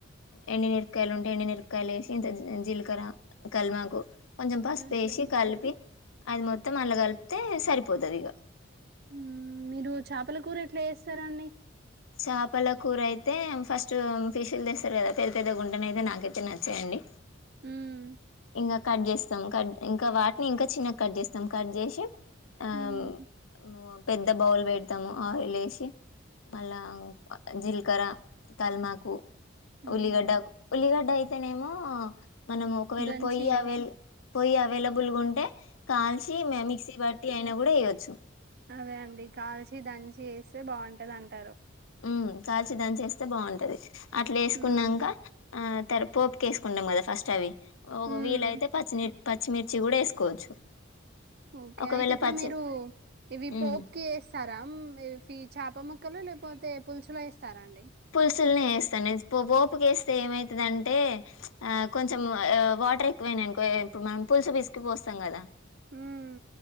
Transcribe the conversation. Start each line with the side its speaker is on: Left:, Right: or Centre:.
Left: ఎండి మిరపకాయలు ఉంటే ఎండిమిరపకాయలు వేసి ఇంత జీలకర్ర కల్మాకు కొంచెం పసుపేసి
Right: అట్లా చేస్తారా
Left: కలిపి అది మొ మొత్తం అల్ల కలిపితే సరిపోతది ఇగ
Right: ఉమ్ మీరు చేపల కూర ఎట్లా చేస్తారండి
Left: చేపల కూర అయితే ఫస్ట్ ఫిష్ లు తెస్తారు కదా పెద్ద పెద్ద గుంటనయి నాకైతే నచ్చయండి
Right: ఉమ్
Left: ఇంకా కట్ చేస్తాం కట్ ఇంకా వాటిని ఇంకా చిన్నగా కట్ చేస్తాం కట్ చేసి ఆమ్
Right: ఉమ్
Left: మ్ పెద్ద బౌల్ పెడతాము ఆయిల్ ఏసి మళ్ళా జీలకర్ర తల్మాకు
Right: ఉమ్
Left: ఉల్లిగడ్డ ఉల్లిగడ్డ అయితేనేమో మనం ఒకవేళ
Right: దంచి
Left: పొయ్యి అవైల్ పొయ్యి అవైలబుల్గా ఉంటే కాల్చి మిక్సీ పట్టి అయినా కూడా వెయ్యొచ్చు
Right: అదే అండి కాల్చి దంచి వేస్తే బాగుంటది అంటారు
Left: ఉమ్ కాల్చి దంచి వేస్తే బాగుంటది అట్లా వేసుకున్నంక
Right: ఉమ్
Left: ఆ తర పోపుక వేసుకుంటాం కదా ఫస్ట్ అవి ఒక
Right: ఉమ్
Left: వీలయితే పచ్చిని పచ్చిమిర్చి కూడా వేసుకోవచ్చు
Right: ఓకే
Left: ఒకవేళ
Right: అయితే ఇప్పుడు
Left: పచ్చి
Right: మీరు ఇవి
Left: ఉమ్
Right: పోపు క వేస్తారా ఇవి చేప ముక్కలు లేకపోతే పులుసుులు వేస్తారా అండి
Left: పులుసుల్ని వేస్తాను పోపుక వేస్తే ఏమైతుందింటే ఆ కొంచెం వాటర్ ఎక్కువేనానుకో ఇప్పుడు మనం పులుసు పసుకి పోస్తాం కదా
Right: ఉమ్